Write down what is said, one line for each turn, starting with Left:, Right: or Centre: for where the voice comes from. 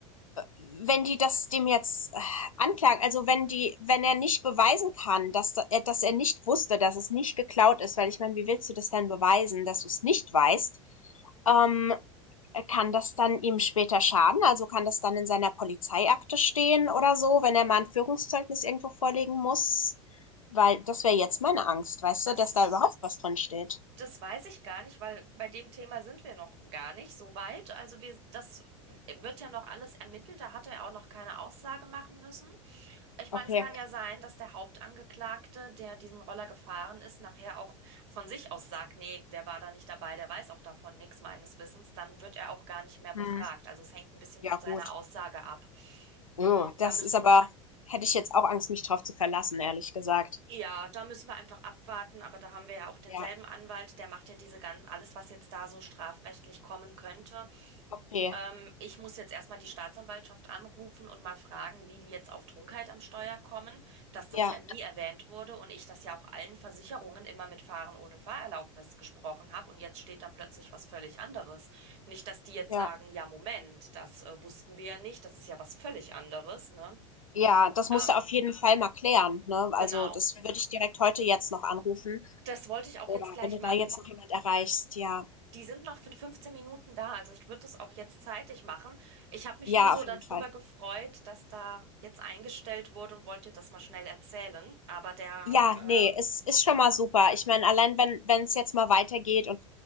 Left: wenn die das dem jetzt äh, anklagen, also wenn die, wenn er nicht beweisen kann, dass, da- äh, dass er nicht wusste, dass es nicht geklaut ist, weil ich meine, wie willst du das denn beweisen, dass du es nicht weißt? Ähm, kann das dann ihm später schaden? Also kann das dann in seiner Polizeiakte stehen oder so, wenn er mal ein Führungszeugnis irgendwo vorlegen muss? Weil das wäre jetzt meine Angst, weißt
Right: das,
Left: du, dass da überhaupt was drin steht.
Right: das weiß ich gar nicht, weil bei dem Thema sind wir noch gar nicht so weit. Also wir, das wird ja noch alles ermittelt. Da hat er auch noch keine Aussage machen müssen. Ich meine,
Left: Okay.
Right: es kann ja sein, dass der Hauptangeklagte, der diesen Roller gefahren ist, nachher auch von sich aus sagt, nee, der war da nicht dabei, der weiß auch davon nichts meines Wissens. Dann wird er auch gar nicht mehr befragt.
Left: Mhm.
Right: Also es hängt ein bisschen
Left: Ja,
Right: von
Left: gut.
Right: seiner Aussage ab.
Left: Oh,
Right: Mm,
Left: das
Right: Da müssen
Left: ist aber hätte ich jetzt auch Angst, mich drauf zu verlassen, ehrlich gesagt.
Right: Ja, da müssen wir einfach abwarten, aber da haben wir ja auch denselben
Left: Ja,
Right: Anwalt, der macht ja diese ganzen, alles, was jetzt da so strafrechtlich kommen könnte.
Left: okay.
Right: Ähm, ich muss jetzt erstmal die Staatsanwaltschaft anrufen und mal fragen, wie die jetzt auf Trunkenheit am Steuer kommen, dass das
Left: Ja,
Right: ja nie erwähnt wurde und ich das ja auch allen Versicherungen immer mit Fahren ohne Fahrerlaubnis gesprochen habe und jetzt steht da plötzlich was völlig anderes. Nicht, dass die jetzt
Left: ja.
Right: sagen, ja, Moment, das äh, wussten wir ja nicht, das ist ja was völlig anderes, ne?
Left: Ja, das musst
Right: Ähm,
Left: du auf jeden Fall mal klären, ne? Also,
Right: genau.
Left: das würde ich direkt heute jetzt noch anrufen
Right: Das wollte ich auch
Left: oder
Right: jetzt gleich
Left: wenn du
Right: machen.
Left: da jetzt noch jemand erreichst, ja.
Right: Die sind noch für 15 Minuten da, also ich würde das auch jetzt zeitig machen. Ich habe mich
Left: Ja,
Right: nur so
Left: auf
Right: darüber
Left: jeden Fall.
Right: gefreut, dass da jetzt eingestellt wurde und wollte das mal schnell erzählen. Aber der,
Left: Ja,
Right: äh,
Left: nee, ist ist schon mal super. Ich meine, allein wenn wenn es jetzt mal weitergeht und